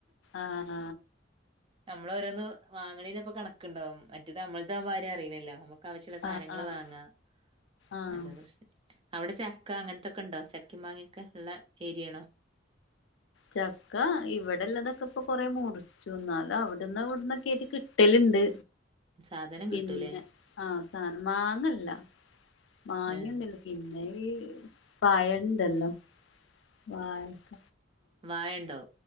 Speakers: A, on the left (about 75°); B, on the right (about 30°).
A: ആഹ
B: നമ്മള ഓരോന്ന് വാങ്ങണീപ്പ കണക്കണ്ടാവും മറ്റേ നമ്മൾ ആകൻ ഭാര്യം അറിയണല്ലോ വശ്യമുള്ള സാധനങ്ങൾ
A: ആഹ് ആഹ്
B: വാങ്ങാം
A: ആഹ്
B: അത പ്രശ അവിടെ ചക്ക അങ്ങനത്തൊക്കെ ഉണ്ടോ ചക്കി മാങ്ങിയൊക്കെ ഉള്ള ഏരിയണോ
A: ചക്ക ഇവിടെള്ളതൊക്കെ ഇപ്പൊ കൊറെ മുറിച്ചു എന്നാലും അവിടന്ന് ഇവിടന്ന് കേറ്റ കിട്ടലിണ്ട്
B: സാധനം
A: പിന്നെ
B: കിട്ടൂലേ
A: ആഹ സാധനം മാങ്ങല്ല മാങ്ങിയൊന്നില്ല
B: ഏഹ്
A: പിന്നെ പായണ്ടല്ലോ വക്ക
B: വായണ്ടോ